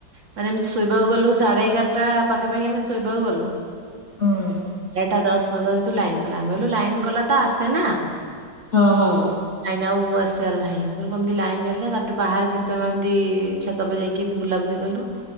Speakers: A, on the right; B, on the left.
A: ମାନେ ଏମିତି ଶୋଇବାକୁ ଗଲୁ ସାଢ଼େ ଏଗାରଟା ପାଖାପାଖି ଆମେ ଶୋଇବାକୁ ଗଲୁ।
B: ହୁଁ
A: ରାଟା ଦଶ ପନ୍ଦର ଯେତୁ ଲାଇନ୍ ଗଲା ଆମେ ବଲୁ ଲାଇନ୍ ଗଲା ତ ଆସେନା।
B: ହଁ ହଁ।
A: ଲାଇନ୍ ଆଉ ଆସିଆର ନାହିଁ, ମୁଁ କ କେମିତି ଲାଇନ୍ ହେଲା। ତାପ୍ ବାହାରେ କିଛି ସମୟ ଏମିତି ଛତ ଉପ ରେ ଯାଇକି ବୁଲାବୁଲି କଲୁ।